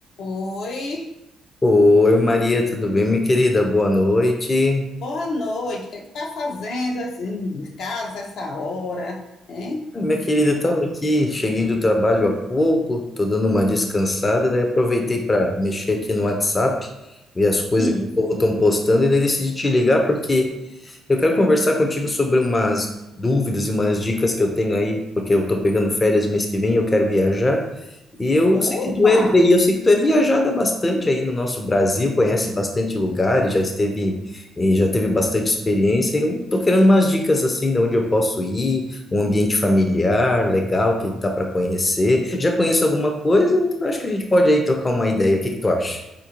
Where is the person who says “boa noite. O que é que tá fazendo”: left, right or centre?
Left